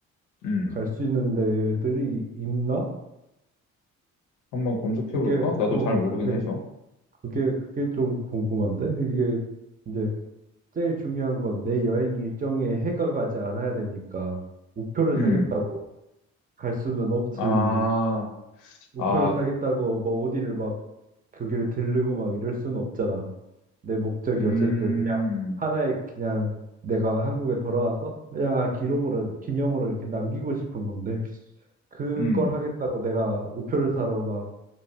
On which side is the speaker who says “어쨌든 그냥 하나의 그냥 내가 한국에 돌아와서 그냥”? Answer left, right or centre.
Right